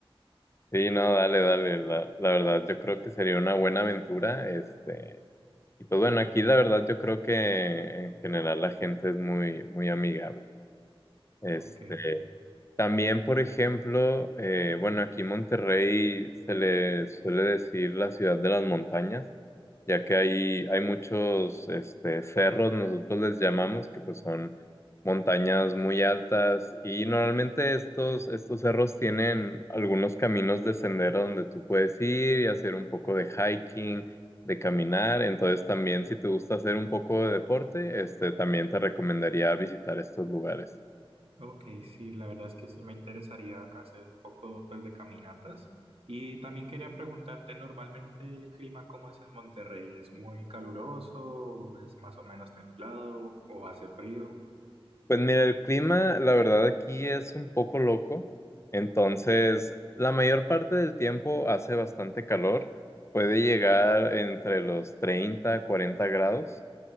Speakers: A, on the left; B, on the right.
A: Sí, no, dale, dale, la, la verdad yo creo que sería una buena aventura, este, y pues bueno, aquí la verdad yo creo que en general la gente es muy, muy amigable. Este,
B: Ok,
A: también, por ejemplo, eh, bueno, aquí en Monterrey se le suele decir la ciudad de las montañas. ya que hay, hay muchos este, cerros, nosotros les llamamos, que pues son montañas muy altas y normalmente estos, estos cerros tienen algunos caminos de sendero donde tú puedes ir y hacer un poco de hiking, de caminar, entonces también si te gusta hacer un poco de deporte, este, también te recomendaría visitar estos lugares.
B: ok, sí, la verdad es que sí me interesaría hacer un poco pues de caminatas. Y también quería preguntarte, normalmente el clima cómo es en Monterrey, ¿es muy caluroso, o es más o menos templado o hace frío?
A: Pues mira, el clima, la verdad, aquí es un poco loco. Entonces, la mayor parte del tiempo hace bastante calor. Puede llegar entre los 30 40 grados.